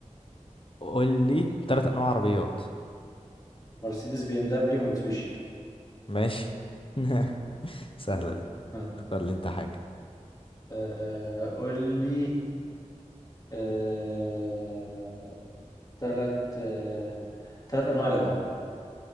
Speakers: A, on the left; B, on the left.
A: قول لي تلات انواع عربيات
B: مرسيدس بي ام دبليو مرتسويشي
A: ماشي <laughs> سهلة دي
B: اه
A: اختار لي انت حاجة
B: آه، قول لي آه ثلاث آه ثلاث انواع لبن